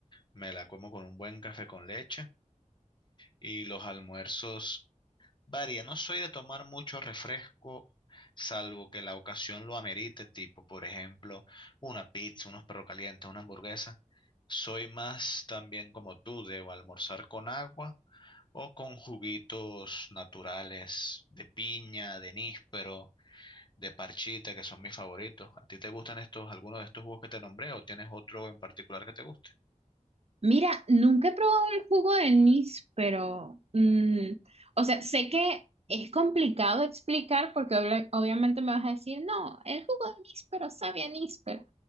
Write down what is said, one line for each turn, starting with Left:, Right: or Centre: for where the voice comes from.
Left: me la como con un buen café con leche y los almuerzos Varía, no soy de tomar mucho refresco, salvo que la ocasión lo amerite, tipo, por ejemplo, una pizza, unos perros calientes, una hamburguesa. Soy más también como tú, debo almorzar con agua o con juguitos naturales de piña, de níspero, de parchita, que son mis favoritos. ¿A ti te gustan estos, algunos de estos jugos que te nombré o tienes otro en particular que te guste?
Right: Mira, nunca he probado el jugo de anís, pero, mm, o sea, sé que es complicado explicar porque obla- obviamente me vas a decir, no, el jugo de anís, pero sabe a anís, pero,